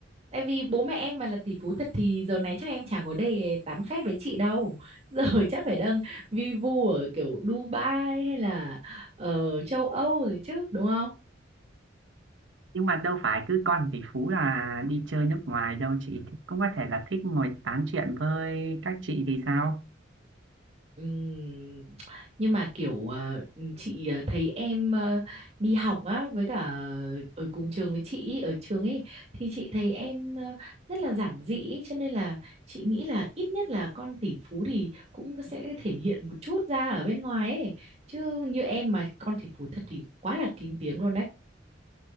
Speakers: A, on the right (about 35°); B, on the right (about 75°).
A: Tại vì bố mẹ em mà là tỷ phú thật thì giờ này chắc em chả ngồi đây tám phét với chị đâu. <laughs> Giờ chắc phải đang vi vu ở kiểu Dubai hay là ở châu Âu rồi chứ, đúng không?
B: nhưng mà đâu phải cứ con tỷ phú là đi chơi nước ngoài đâu chị cũng có thể là thích ngồi tám chuyện với các chị thì sao
A: Ừm, nhưng mà kiểu ờ, chị ờ, thấy em ờ, đi học á với cả ở cùng trường với chị ý, ở trường ấy thì chị thấy em ờ, rất là giản dị ý, cho nên là chị nghĩ là ít nhất là con tỷ phú thì cũng sẽ thể hiện một chút ra ở bên ngoài ấy chứ như em mà con tỷ phú thật thì quá là kín tiếng luôn đấy